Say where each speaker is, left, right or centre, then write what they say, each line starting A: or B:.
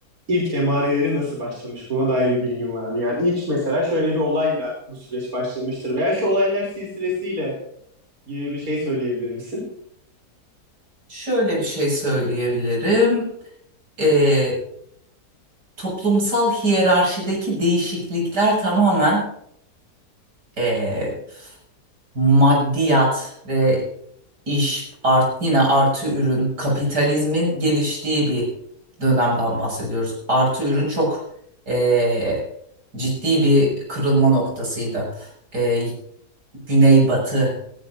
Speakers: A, on the right (about 60°); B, on the right (about 85°).
A: ilk emareleri nasıl başlamış? Buna dair bir bilgin var mı? Yani ilk mesela şöyle bir olayla bu süreç başlamıştır veya şu olaylar silsilesiyle gibi bir şey söyleyebilir misin?
B: Şöyle bir şey söyleyebilirim. E, toplumsal hiyerarşideki değişiklikler tamamen eee, maddiyat ve iş art yine artı ürün kapitalizmin geliştiği bir dönemden bahsediyoruz. Artı ürün çok eee, ciddi bir kırılma noktasıydı. Eee Güneybatı